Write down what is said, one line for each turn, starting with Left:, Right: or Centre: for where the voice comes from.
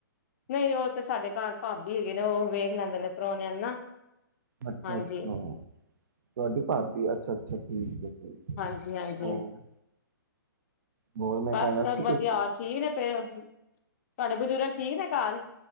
Left: ਨਹੀਂ ਉਹ ਤੇ ਸਾਡੇ ਘਰ ਭਾਬੀ ਹੈਗੇ ਨੇ ਉਹ ਵੇਖ ਲੈਂਦੇ ਨੇ ਪ੍ਰੋਹਣਿਆ ਨੂੰ ਨਾ
Right: ਅੱਛਾ
Left: ਹਾਂਜੀ
Right: ਅੱਛਾ ਤੁਹਾਡੀ ਭਾਬੀ ਅੱਛਾ ਅੱਛਾ <unintelligible>
Left: ਹਾਂਜੀ ਹਾਂਜੀ
Right: ਹੋਰ ਹੋਰ ਮੈਂ
Left: ਬਸ
Right: ਕਹਿਣਾ ਸੀ
Left: ਵਧੀਆ
Right: ਤੁਸੀਂ
Left: ਠੀਕ ਨੇ ਤੇ ਤੁਹਾਡੇ ਬਜ਼ੁਰੂਗ ਠੀਕ ਨੇ <unintelligible>